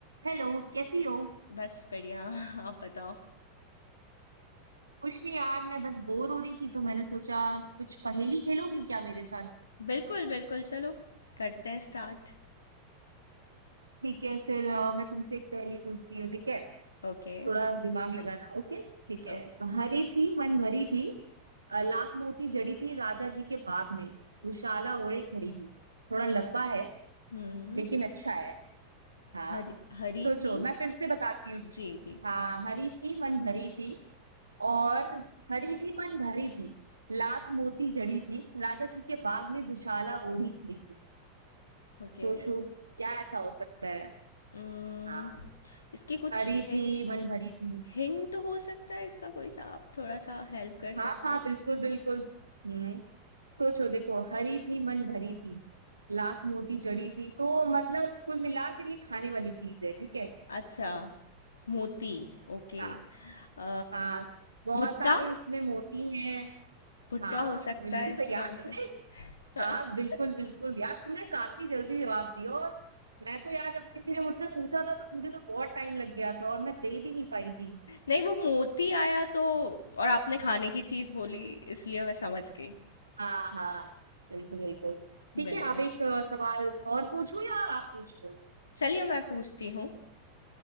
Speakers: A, on the right; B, on the left.
A: Hello कैसी हो
B: बस बढ़िया <laughs> आप बताओ
A: कुछ नहीं यार मैं बस बोर हो रही थी तो मैंने सोचा कुछ पहेली खेलोगी क्या मेरे साथ
B: बिल्कुल बिल्कुल चलो करते हैं स्टार्ट
A: ठीक है फिर अ, मैं तुमसे एक पहेली पूछती हूँ ठीक है
B: ओके
A: थोड़ा दिमाग लगाना ओके ठीक है
B: ओके
A: हरी थी मन भरी थी अ, लाख मोती जड़ी थी राजा जी के बाग में दुशाला ओढ़े खड़ी थी थोड़ा लंबा है
B: हम्म
A: लेकिन अच्छा है हाँ
B: हरी हरी
A: सोचो
B: थी
A: मैं फिर से बताती हूँ
B: जी जी
A: हाँ हरी थी मन भरी थी और हरी थी मन भरी थी लाख मोती जड़ी थी राजा जी के बाग में दुशाला ओढ़ी खड़ी थी
B: ओके
A: सोचो क्या ऐसा हो सकता है
B: हम्म
A: हाँ
B: इसके कुछ
A: हरी
B: हि,
A: थी मन भरी थी
B: हिंट हो सकता है इसका कोई सा आप थोड़ा सा हेल्प कर
A: हाँ
B: सकते
A: हाँ
B: हैं
A: बिल्कुल बिल्कुल हम्म सोचो देखो हरी थी मन भरी थी लाख मोती जड़ी थी तो मतलब कुल मिलाकर ये खाने वाली चीज है ठीक है
B: अच्छा मोती ओके
A: हाँ
B: अ,
A: हाँ बहुत
B: भुट्टा
A: सारे उसमें मोती हैं
B: भुट्टा
A: हाँ
B: हो सकता
A: बिल्कुल
B: है
A: सही
B: इसका
A: यार
B: आंसर
A: तुमने हाँ
B: <laughs>
A: बिल्कुल बिल्कुल यार तुमने काफी जल्दी जवाब दिया और मैं तो यार जब किसी ने मुझसे पूछा था तो मुझे तो बहुत टाइम लग गया था और मैं दे भी नहीं पाई थी
B: नहीं वो मोती आया तो और आपने खाने की चीज बोली इसलिए मैं समझ गई
A: हाँ हाँ बिल्कुल बिल्कुल ठीक
B: बिल्कुल।
A: है अब एक अ, सवाल और पूछूं या आप पूछ रहे हो
B: चलिए मैं पूछती हूँ,